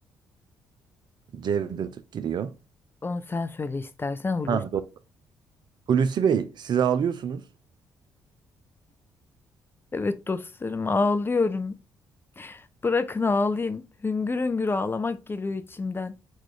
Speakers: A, on the right; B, on the left.
A: Cevdet giriyor.
B: Onu sen söyle istersen Hulusi.
A: Ha, doğru. Hulusi Bey, siz ağlıyorsunuz.
B: Evet dostlarım ağlıyorum. Bırakın ağlayayım. Hüngür hüngür ağlamak geliyor içimden.